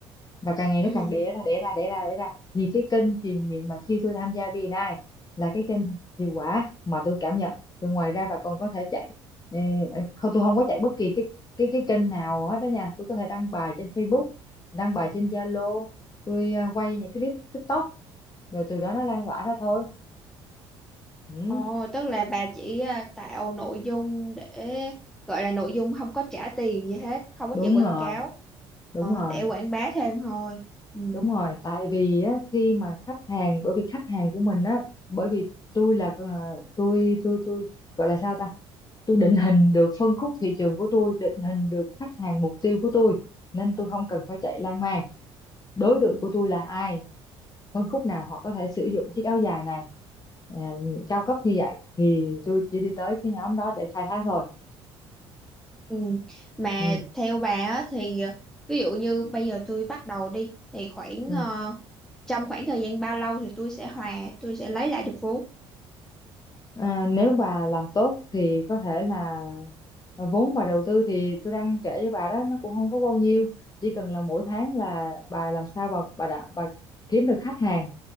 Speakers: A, on the left; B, in the centre.
A: và càng ngày
B: Ừ.
A: nó càng đẻ ra đẻ ra đẻ ra đẻ ra thì cái kênh truyền miệng mà khi tôi tham gia VNI là cái kênh hiệu quả mà tôi cảm nhận rồi ngoài ra bà còn có thể chạy ờ, không tôi không có chạy bất kỳ cái cái cái kênh nào hết đó nha tôi có thể đăng bài trên Facebook đăng bài trên Zalo tôi ờ, quay những cái clip TikTok rồi từ đó nó lan tỏa ra thôi ừ.
B: Ồ, tức là bà chỉ à, tạo nội dung để gọi là nội dung không có trả tiền gì hết, không có
A: đúng
B: chạy quảng
A: rồi
B: cáo,
A: đúng
B: ờ,
A: rồi
B: để quảng bá thêm thôi. Ừ.
A: đúng rồi tại vì á, khi mà khách hàng bởi vì khách hàng của mình á bởi vì tôi là con- à, tôi tôi tôi gọi là sao ta tôi định hình được phân khúc thị trường của tôi định hình được khách hàng mục tiêu của tôi nên tôi không cần phải chạy lan man đối tượng của tôi là ai phân khúc nào họ có thể sử dụng chiếc áo dài này à, cao cấp như vậy thì tôi chỉ đi tới cái nhóm đó để khai thác thôi
B: Ừ. Mà
A: ừ,
B: theo bà á, thì ờ, ví dụ như bây giờ tôi bắt đầu đi thì khoảng
A: ừ.
B: ờ, trong khoảng thời gian bao lâu thì tôi sẽ hòa tôi sẽ lấy lại được vốn
A: À, nếu bà làm tốt thì có thể là ờ, vốn bà đầu tư thì tôi đang kể với bà đó nó cũng không có bao nhiêu chỉ cần là mỗi tháng là bà làm sao bà bà đã, bà kiếm được khách hàng